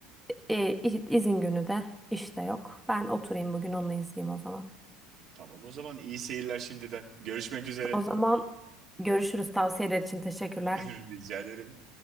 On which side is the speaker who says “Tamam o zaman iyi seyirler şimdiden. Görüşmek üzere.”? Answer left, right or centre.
Right